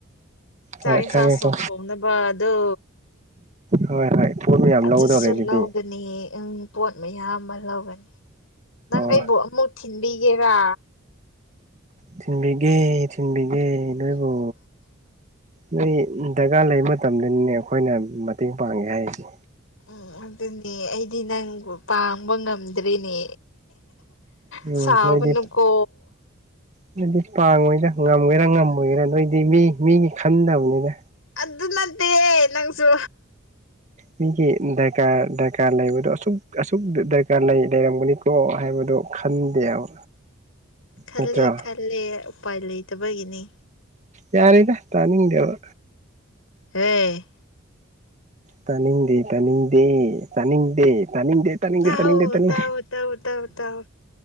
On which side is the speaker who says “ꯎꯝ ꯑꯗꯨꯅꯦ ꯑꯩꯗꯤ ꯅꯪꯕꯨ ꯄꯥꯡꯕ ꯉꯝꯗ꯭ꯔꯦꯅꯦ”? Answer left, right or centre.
Left